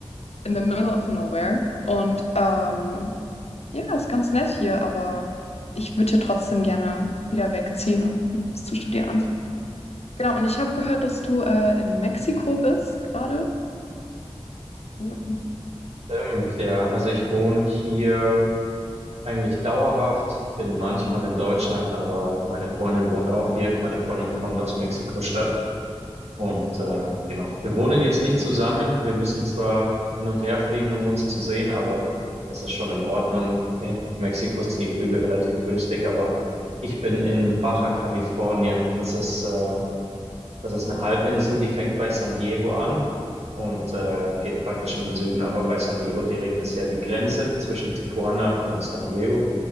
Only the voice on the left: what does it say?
in the middle of nowhere. Und ähm, ja, ist ganz nett hier, aber ich würde hier trotzdem gerne wieder wegziehen und was zu studieren anfangen. Genau, und ich habe gehört, dass du äh, in Mexiko bist gerade. Cool.